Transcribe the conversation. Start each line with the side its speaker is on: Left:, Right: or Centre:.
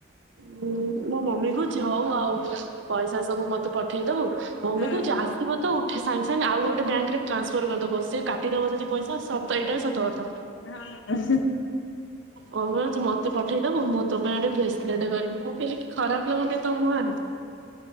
Right: ହଁ ମୋ ମମି କହୁଛି ହଉ ଆଉ ପଇସା ସବୁ ମତେ ପଠେଇଦବୁ। ମମି
Left: ହୁଁ।
Right: କହୁଛି ଆସିବ ତ ଉଠେ ସାଙ୍ଗେ ସାଙ୍ଗେ ଆଉ ଗୋଟେ ବ୍ୟାଙ୍କ ରେ ଟ୍ରାନ୍ସଫର କରିଦବ ସେ କାଟିଦବ ଯଦି ପଇସା ସ ଏଇଟା ବି ସତ କଥା।
Left: ହଁ <unintelligible>
Right: କହୁଅଛି ମତେ ପଠେଇଦବୁ ମୁଁ ତୋ ପାଇଁ ଗୋଟେ ଭେସଲେଟ କରି ମୁଁ କହିଲି କି ଖରାପ ଲାଗୁନି ତ ମୁ ଆ